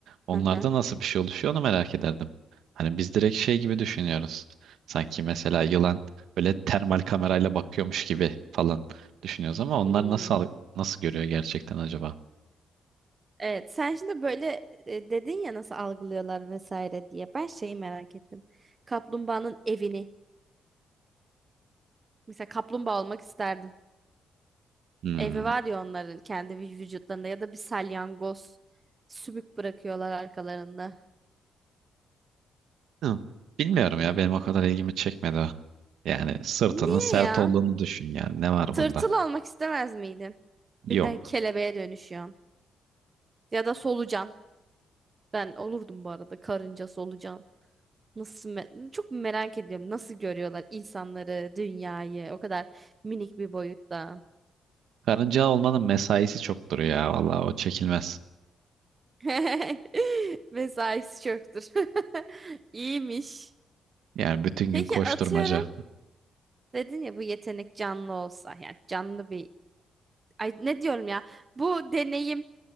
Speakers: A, on the right; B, on the right.
A: Onlarda
B: Hı hı.
A: nasıl bir şey oluşuyor onu merak ederdim. Hani biz direkt şey gibi düşünüyoruz. Sanki mesela yılan böyle termal kamerayla bakıyormuş gibi falan düşünüyoruz ama onlar
B: Hmm.
A: nasıl nasıl görüyor gerçekten acaba?
B: Evet, sen şimdi böyle e, dedin ya nasıl algılıyorlar vesaire diye. Ben şeyi merak ettim. Kaplumbağanın evini. Mesela kaplumbağa olmak isterdim.
A: Hmm.
B: Evi var ya onların kendi vü- vücutlarında ya da bir salyangoz sümük bırakıyorlar arkalarında.
A: Hı. Bilmiyorum ya benim o kadar ilgimi çekmedi o. Yani sırtının
B: Niye
A: sert
B: ya?
A: olduğunu düşün yani ne var
B: Tırtıl
A: bunda?
B: olmak istemez miydin?
A: Yok.
B: Birden kelebeğe dönüşüyorsun. Ya da solucan. Ben olurdum bu arada karınca solucan. Nasıl me- çok merak ediyorum. Nasıl görüyorlar insanları, dünyayı o kadar minik bir boyutta.
A: Karınca olmanın mesaisi çoktur ya vallahi o çekilmez.
B: <laughs> Mesaisi çoktur. <laughs> İyiymiş.
A: Yani bütün
B: Peki
A: gün koşturmaca.
B: atıyorum. Dedin ya bu yetenek canlı olsa yani canlı bir ay ne diyorum ya bu deneyim